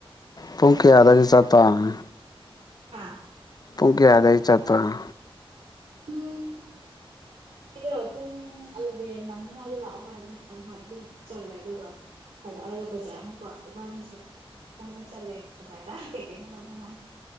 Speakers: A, on the left; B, on the right.
A: ꯄꯨꯡ
B: ꯑꯃꯨꯛꯀ
A: ꯀꯌꯥꯗꯒꯤ ꯆꯥꯠꯇꯣꯏꯅꯣ
B: ꯍꯥꯥ
A: ꯄꯨꯡ ꯀꯌꯥꯗꯩ ꯆꯠꯇꯣꯏꯅꯣ
B: ꯄꯨꯡ <unintelligible> ꯄꯨꯡ ꯑꯦꯂꯚꯦꯟ ꯅꯪꯅꯤꯉꯥꯏꯗ ꯂꯥꯛꯑꯣ ꯍꯥꯏꯕꯅꯦ ꯍꯣꯏ ꯑꯗꯨꯝ ꯆꯠꯂꯦ ꯑꯗꯨꯒ ꯍꯜꯂꯛꯑꯒ ꯕꯖꯥꯔ ꯑꯃꯨꯛ ꯀꯣ ꯏꯕꯥꯅꯤꯁꯦ ꯀꯣꯏꯕ ꯆꯠꯂꯦ ꯕꯖꯥꯔꯗ ꯀꯩꯀꯩꯅꯣ ꯂꯧꯗꯅ